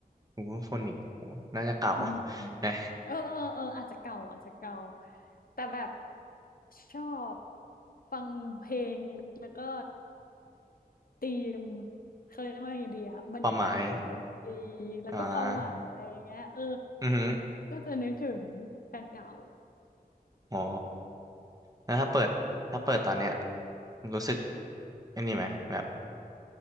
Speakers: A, on the right (about 25°); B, on the left (about 65°).
A: โอ้โฟนิกน่าจะเก่า
B: อืม
A: <laughs> นะ
B: เออเออเอออาจจะเก่าอาจจะเก่าแต่แบบชอบฟังเพลงแล้วก็ธีมเขาเรียกว่าอย่างดีอะบรรยากาศของดนตรี
A: ความหมาย
B: แล้วก็ความหมายอะไรอย่างเงี้ยเออ
A: อ่าอือหือ
B: ก็จะนึกถึงแฟนเก่า
A: อ๋อ แล้วถ้าเปิดถ้าเปิดตอนเนี้ยรู้สึกอันนี้ไหมแบบ